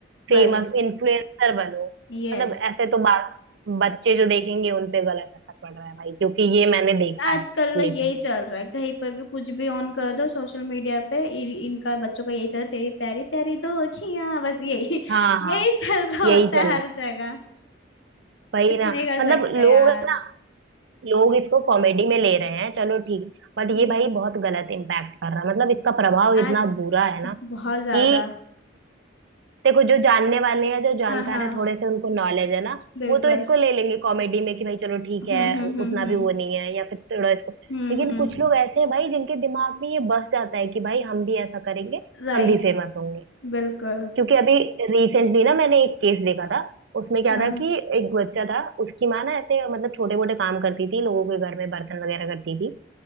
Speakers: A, on the right; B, on the left.
A: फेमस
B: बस
A: इन्फ्लुएंसर बनो
B: यस
A: मतलब ऐसे तो बा, बच्चे जो देखेंगे उन पे गलत असर पड़ रहा है भाई क्योंकि ये मैंने देखा
B: आजकल
A: है
B: यही
A: लिटरली
B: चल रहा है कहीं पर भी कुछ भी ऑन कर दो सोशल मीडिया पे इ- इनका बच्चों का यही चल रहा है तेरी प्यारी प्यारी दो अखियां बस यही
A: हाँ
B: <laughs> यही चल रहा
A: यही
B: होता
A: चल
B: है
A: रहा
B: हर
A: है।
B: जगह
A: वही
B: कुछ
A: ना
B: नहीं कर सकते
A: मतलब लोग
B: यार
A: ना लोग इसको कॉमेडी में ले रहे हैं चलो ठीक बट
B: हम्म,
A: ये भाई बहुत गलत इम्पैक्ट कर रहा है मतलब इसका प्रभाव
B: आज
A: इतना बुरा है ना
B: बहुत ज्यादा
A: कि देखो जो जानने वाले हैं जो जानकार
B: हाँ हाँ
A: है थोड़े से उनको नॉलेज है ना
B: बिल्कुल
A: वो तो इसको ले लेंगे कॉमेडी में कि भाई चलो ठीक
B: हम्म
A: है
B: हम्म
A: उतना
B: हम्म
A: भी वो नहीं है या फिर थोड़ा इसको
B: हम्म
A: लेकिन
B: हम्म
A: कुछ
B: हम्म,
A: लोग ऐसे हैं भाई जिनके दिमाग में ये बस जाता है कि भाई हम भी ऐसा करेंगे
B: राइट
A: हम भी फेमस होंगे
B: बिल्कुल
A: क्योंकि अभी रिसेंटली ना मैंने एक केस देखा था उसमें क्या
B: हाँ
A: था कि एक बच्चा था उसकी माँ ना ऐसे मतलब छोटे मोटे काम करती थी लोगों के घर में बर्तन वगैरह करती थी